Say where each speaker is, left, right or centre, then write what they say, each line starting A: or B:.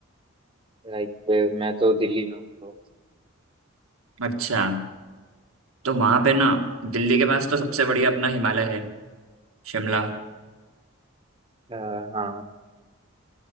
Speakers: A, on the right; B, on the right.
A: लाइक मैं तो दिल्ली में हूँ तो
B: अच्छा तो वहाँ पे ना दिल्ली के पास तो सबसे बढ़िया अपना हिमालय है शिमला
A: अ, हाँ